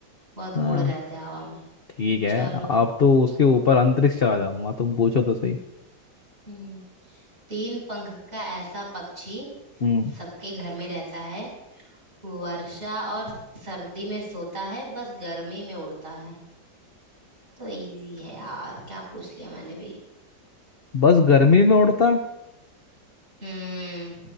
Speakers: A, on the right; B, on the left.
A: बहुत
B: हाँ
A: उड़ रहे थे हवा में
B: ठीक है
A: चलो
B: अब तो उसके ऊपर अंतरिक्ष चला जाऊंगा तुम पूछो तो सही
A: हम्म तीन पंख का ऐसा पक्षी
B: हम्म
A: सबके घर में रहता है वर्षा और सर्दी में सोता है बस गर्मी में उड़ता है तो इजी है यार क्या पूछ लिया मैंने भी
B: बस गर्मी में उड़ता है
A: हम्म